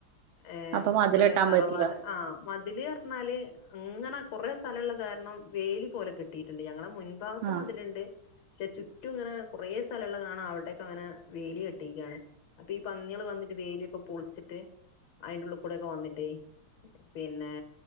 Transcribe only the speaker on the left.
ഏഹ്
ഇവിടെ തറവാട്
ആ മതില് ഇന്നാല് അങ്ങനാ കൊറെ സ്ഥലെള്ള കാര്ണം വേലി പോലെ കെട്ടി ഇണ്ട് ഞ ഇങ്ങളെ മുൻഭാഗത്ത്
മതില്ണ്ട് ചുറ്റുങ്ങനെ കൊറേ സ്ഥലെള്ളകാണ അവിടൊക്കങ്ങനെ വേലി കെട്ടീക്കാണ് അപ്പീ പന്ന്യെള് വന്നിട്ട് വേല്യക്കെ പൊൾച്ച്ട്ട് അയ്ന്റെ ഉള്ള്ക്കൂടെ വന്നിട്ടെ പിന്നെ